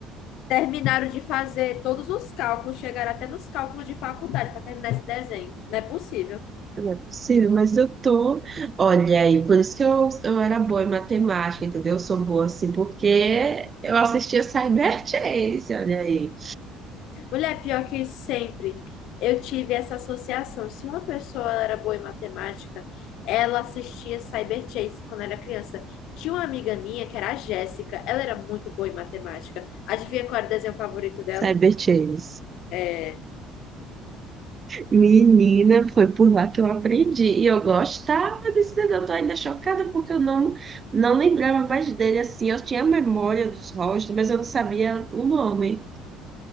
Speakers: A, on the left; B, on the right.
A: terminaram de fazer todos os cálculos, chegaram até nos cálculos de faculdade para terminar esse desenho. Não é possível.
B: Não é possível, mas eu tô. Olha aí, por isso que eu, eu era boa em matemática, entendeu? Eu sou boa assim, porque eu assistia Cyberchase, olha aí.
A: Mulher, pior que sempre eu tive essa associação. Se uma pessoa era boa em matemática, ela assistia Cyber Chase quando era criança. Tinha uma amiga minha que era a Jéssica, ela era muito boa em matemática. Adivinha qual era o desenho favorito dela?
B: Cyberchase.
A: É,
B: Menina, foi por lá que eu aprendi. E eu gostava desse desenho. Eu tô ainda chocada porque eu não, não lembrava mais dele assim. Eu tinha memória dos rostos, mas eu não sabia o nome.